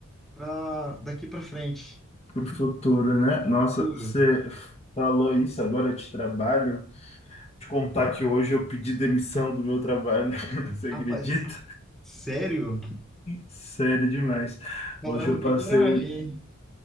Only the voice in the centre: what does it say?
para daqui para frente.
Juro.
Rapaz, sério?
Caramba,
que
coragem, hein?